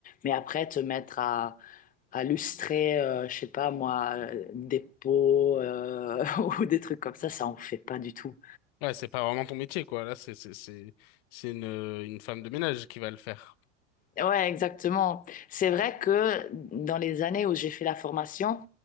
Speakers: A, on the left; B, on the left.
A: mais après te mettre à, à lustrer, euh, je sais pas moi, euh, des pots euh, <laughs> ou des trucs comme ça, ça on fait pas du tout.
B: Ouais, c'est pas vraiment ton métier, quoi. Là, c'est c'est c'est c'est une une femme de ménage qui va le faire.
A: Ouais, exactement. C'est vrai que dans les années où j'ai fait la formation,